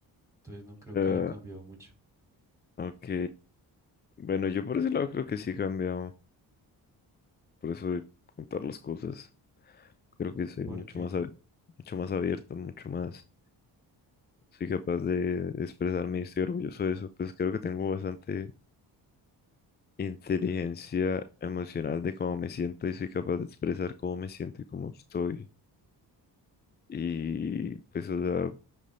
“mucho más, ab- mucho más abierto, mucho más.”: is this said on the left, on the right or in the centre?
Left